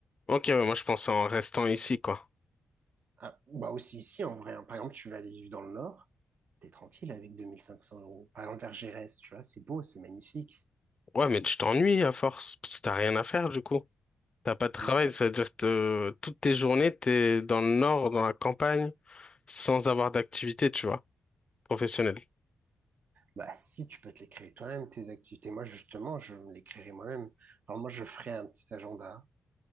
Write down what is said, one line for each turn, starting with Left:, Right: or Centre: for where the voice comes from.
Left: Ok, ouais, moi je pense en restant ici, quoi.
Right: Ah, bah aussi ici, en vrai. hein. Par exemple, tu vas aller vivre dans le Nord, t'es tranquille avec 2500 euros. Par exemple, vers Gérès, tu vois, c'est beau, c'est magnifique.
Left: Ouais, mais tu t'ennuies à force, parce que t'as rien à faire du coup. T'as pas de travail,
Right: Mais ça
Left: c'est-à-dire que euh, toutes tes journées, t'es dans le nord, dans la campagne, sans avoir d'activité, tu vois, professionnelle.
Right: Bah, si tu peux te les créer toi-même, tes activités. Moi, justement, je me les créerai moi-même. Alors, moi, je ferai un petit agenda